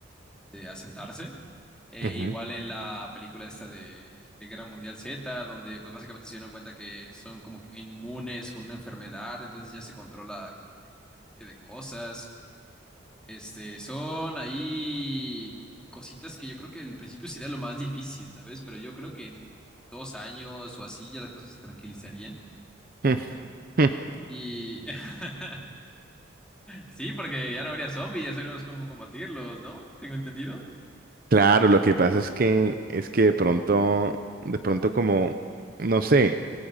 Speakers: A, in the centre; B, on the right (about 45°).
A: donde asentarse. Eh,
B: Ujú.
A: igual en la película esta de, de Guerra Mundial Z, donde pues básicamente se dieron cuenta que son como que inmunes con una enfermedad, entonces ya se controla como que la mayoría de cosas. Este, son ahí cositas que yo creo que al principio sería lo más difícil, ¿sabes? Pero yo creo que en dos años o así ya las cosas se tranquilizarían.
B: <laughs> Mm, mm.
A: Y <laughs> sí, porque ya no habría zombies, ya sabríamos cómo combatirlos, ¿no? Tengo entendido.
B: Claro, lo que pasa es que es que de pronto, de pronto como, no sé,